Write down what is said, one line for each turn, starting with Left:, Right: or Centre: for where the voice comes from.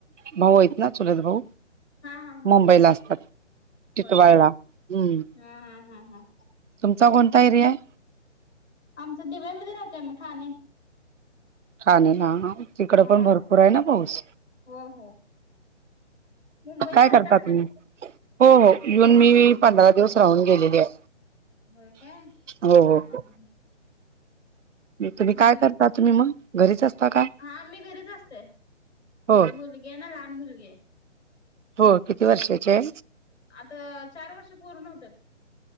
Right: भाऊ आहेत न चुलत भाऊ.
Left: हा हा हा
Right: मुंबईला असतात. टिटवाळला
Left: होय काय
Right: हम्म
Left: हा हा हा हा
Right: तुमचा कोणता एरिया आहे.
Left: आमचं दिव्यांमध्ये राहतो आम्ही ठाणे.
Right: ठाणेला हां इकडं
Left: हा
Right: पण भरपूर आहे ना पाऊस.
Left: हो हो मुंबईला
Right: आता काय
Left: आलता
Right: करता
Left: का
Right: तुम्ही.
Left: नाही
Right: हो हो येऊन मी पंधरा दिवस राहून गेलेली आहे.
Left: व्हयं काय
Right: हो
Left: हा
Right: हो
Left: हा हा. हम्म
Right: तुम्ही काय करता तुम्ही मग घरीच असता का.
Left: हा मी घरीच असते.
Right: हो
Left: मुलगी ना लहान मुलगी आहे.
Right: हो किती वर्षांची आहे.
Left: आता चार वर्ष पूर्ण होत्यात.